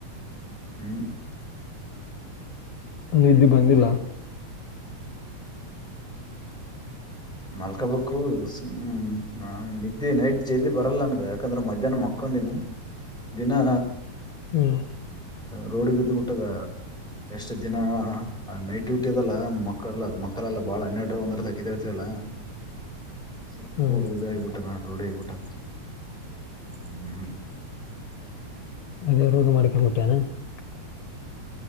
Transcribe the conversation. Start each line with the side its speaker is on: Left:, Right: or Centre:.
Centre: ಹು <unintelligible>
Left: ನಿದ್ದಿ ಬಂದಿಲ್ಲ?
Centre: ಮಲ್ಕಬೇಕು ಸುಮ್ಮನೆ ನಾ ನಿದ್ದೆ ನೈಟ್ ಜೈಲದಿ ಬರಲ್ಲ ನನ್ಗ ಯಾಕಂದ್ರ ಮಧ್ಯಾಹ್ನ ಮಕ್ಕ <unintelligible> ಮೊಕ್ಕೊಂಡಿನಿ ದಿನಾ
Left: ಹ್ಮ್
Centre: ರೂಡಿ ಬಿದ್ದ ಬಿಟ್ಟದ. <unintelligible> ಎಷ್ಟು ದಿನಾ ನೈಟ್ ಡ್ಯೂಟಿ ಅದಲ್ಲ ಮಕ್ಕಳ ಮಕ್ಕಳೆಲ್ಲಾ ಬಾಳ ಹನ್ನೆರಡ ಒಂದರ ತಕಿದ <unintelligible> ಇದವಲ್ ಸ್ವಲ್ಪ
Left: ಹ್ಮ್
Centre: ಇದು ಆಗಬಿಟ್ಟದ ಆದ ರೂಡಿ ಆಗಬಿಟ್ಟದ. <unintelligible> ಹೂ <unintelligible>
Left: ಅದೇ ರೂಡಿ ಮಾಡ್ಕೊಂಡ ಬಿಟ್ಟಿ ಏನ್? <unintelligible>